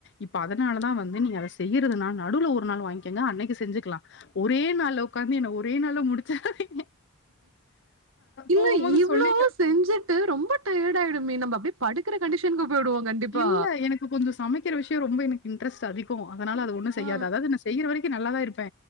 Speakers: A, on the left; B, on the right.
A: இப்ப அதனால தா வந்து நீங்க அத செய்றதுனால நடுவுல ஒரு நாள் வாங்கங்க அன்னைக்கு செஞ்சுக்கலா ஒரே நாள்ள உட்காந்து என் ஒரே நாள்ள முடிச்சிறாதீங்
B: இல்ல
A: போகும்போது
B: இவ்ளோ
A: சொல்லிட்டே
B: செஞ்சிட்டு ரொம்ப டயடு ஆயிடுமே நம்மப் அப்டியே படுக்குற கண்டிஷனுக்கு போயிடுவோ கண்டிப்பா
A: இல்ல. எனக்கு கொஞ்சம் சமைக்கிற விஷயோ ரொம்ப எனக்கு இன்ட்ரெஸ் அதிகோ அதனால அது ஒன்னு செய்யாத
B: ஆ
A: அதாவது நா செய்யற வரைக்கு நல்லாதா இருப்பே